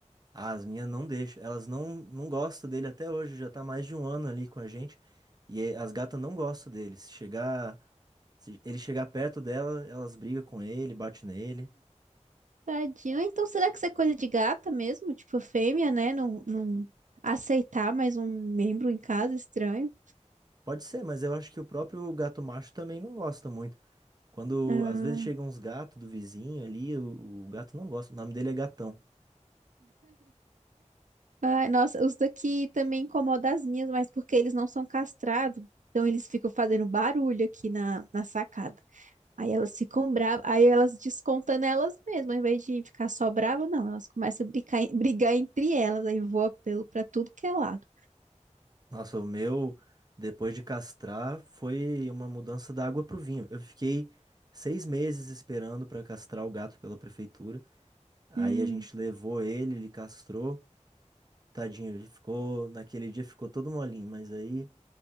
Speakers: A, on the right; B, on the right.
A: Ah, as minhas não deixam. Elas não, não gostam dele até hoje. Já tá mais de um ano ali com a gente. E eh, as gatas não gostam dele. Se chegar, se ele chegar perto dela, elas brigam com ele, batem nele.
B: Tadinho. Então, será que isso é coisa de gata mesmo? Tipo, fêmea, né? Não, não aceitar mais um membro em casa, estranho.
A: Pode ser, mas eu acho que o próprio gato macho também não gosta muito. Quando
B: Ah.
A: às vezes chegam uns gatos do vizinho ali, o, o gato não gosta. O nome dele é Gatão.
B: Ai, nossa, os daqui também incomodam as minhas, mas porque eles não são castrados. Então, eles ficam fazendo barulho aqui na, na sacada. Aí elas ficam bravas, aí elas descontam nelas mesmas, ao invés de ficar só brava, não, elas começam a brigar, <laughs> brigar entre elas, aí voa pelo pra tudo que é lado.
A: Nossa, o meu, depois de castrar, foi uma mudança da água pro vinho. Eu fiquei seis meses esperando pra castrar o gato pela prefeitura. Aí
B: Hum,
A: a gente levou ele, ele castrou. Tadinho, ele ficou, naquele dia ficou todo molinho, mas aí